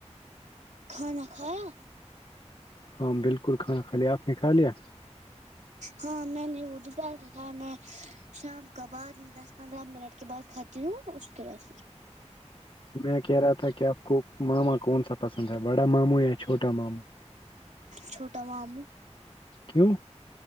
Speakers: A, on the right; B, on the left.
A: کھانا کھایا
B: ہاں بالکل کھانا کالی آپ نے کھا لیا
A: ہاں میں نے وہد پ کے کایا میں شام کا بعد دس پندرہ منٹ کے بعد کھاتی ہوں اس کے بعد
B: میں کہہ رہا تھا کہ آپ کو ماما کون سا پسند ہے بڑا ماموں یا چھوٹا ماموں
A: چھوٹا ماموں
B: کیوں